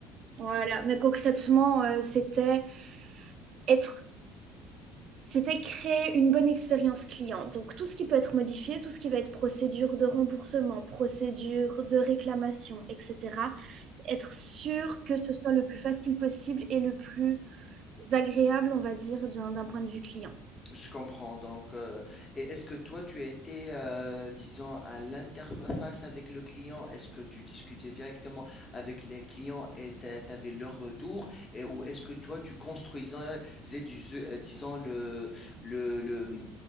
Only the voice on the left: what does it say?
Je comprends. Donc, euh, et est-ce que toi, tu étais, euh, disons, à l'interface avec le client? Est-ce que tu discutais directement avec les clients et tu avais leur retour? Et, ou est-ce que toi, tu construisais, du- euh, disons, le, le, le-